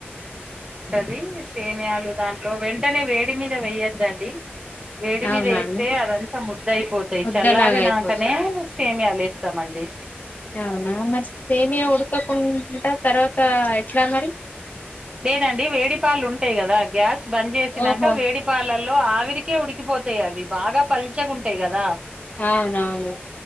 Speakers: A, on the right (about 20°); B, on the left (about 45°).
A: పిస్ సేమయాలు దా వెంటనే వేడి మీద వేయ్యొద్దండి వేడి
B: అవునా
A: మీద వేస్తే
B: అండి
A: అదంతా ముద్దయిపోతాయి
B: ముద్దలాగా
A: చల్లారి
B: అయిపోతుంది
A: నాకనే సేమియాలస్తా జమంండడి
B: అవునా మరి సేమియా ఉడుకకుండా తర్వాత ఎట్లా మరి
A: లేదండి వేడి పాలు ఉంటాయి కదా గ్యాస్ బంద్ చేసినంక
B: ఓహో
A: వేడిపాల లో ఆవిరికే ఉడికిపోతాయి అవి బాగా పల్చగా ఉంటాయి కదా
B: అవునవును